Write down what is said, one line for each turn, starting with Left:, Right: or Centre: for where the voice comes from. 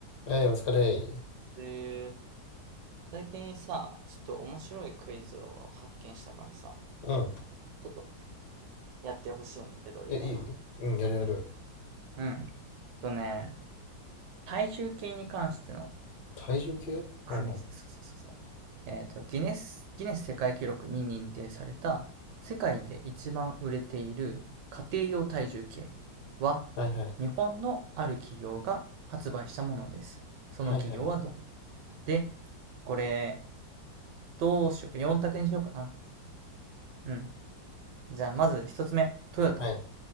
Left: えい、お疲れ。
Right: え最近さ、ちょっと面白いクイズを発見したからさ、
Left: うん。
Right: ちょっとやってほしいんだけどいいか
Left: え、いいうん、やるやる。
Right: な。うん。えっとね、体重計に関しての
Left: 体重計はいはい。
Right: クイズ。そうそうそうそう。えっと、ギネス、ギネス世界記録に認定された世界で一番売れている家庭用体重計は
Left: はいはい。
Right: 日本のある企業が発売したものです。その企業はどこ
Left: はいはい。
Right: で、これ、どうしようか、四択にしようかな。うん。じゃあ、まず一つ目、トヨタ。
Left: はい。